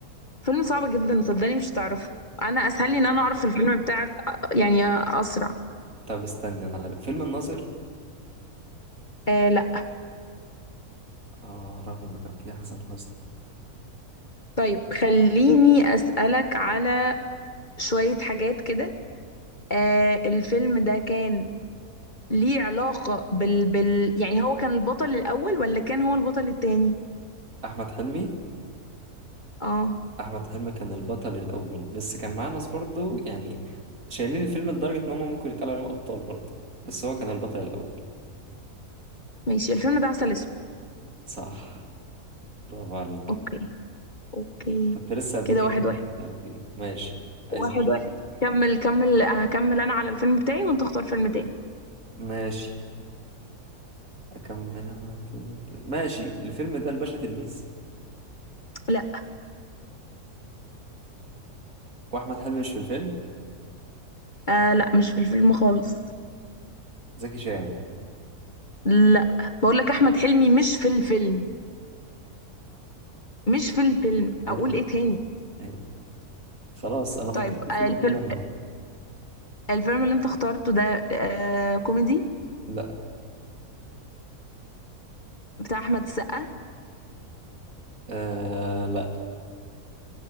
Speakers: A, on the left; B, on the right.
A: فيلم صعب جدا صدقني مش هتعرفه انا اسهل لي ان انا اعرف الفيلم بتاعك آه، يعني اسرع
B: طب استنى انا عارف فيلم الناظر
A: آه لا
B: آه رغم انه كان فيه حسن حسني
A: طيب خليني اسالك على شويه حاجات كده آه الفيلم ده كان ليه علاقه بال... بال يعني هو كان البطل الاول ولا كان هو البطل التاني
B: احمد حلمي
A: اه
B: احمد حلمي كان البطل الاول بس كان معاه ناس برضه يعني شايلين الفيلم لدرجة ان هم ممكن يتقال عليهم ابطال برضه بس هو كان البطل الاول
A: ماشي الفيلم ده عسل اسود
B: صح برافو عليك
A: اوكي اوكي
B: كنت لسه هديك
A: كده
B: هنا
A: واحد
B: كنت
A: واحد
B: هتعرف ايه ماشي عايزين
A: واحد واحد كمل كمل هكمل انا على الفيلم بتاعي وانت اختار فيلم تاني
B: ماشي اكمل انا الفيلم ده. ماشي الفيلم ده الباشا تلميذ
A: لا
B: واحمد حلمي مش في الفيلم
A: آه لا مش في الفيلم خالص
B: زكي شان
A: لا بقول لك احمد حلمي مش في الفيلم مش في الفيلم
B: ايوه
A: اقول ايه تاني
B: ايوه خلاص انا فكرت
A: طيب
B: في فيلم
A: آه الفيلم
B: تاني عموما
A: الفيلم اللي انت اخترته ده آه كوميدي
B: لا
A: بتاع احمد السقا
B: آه لا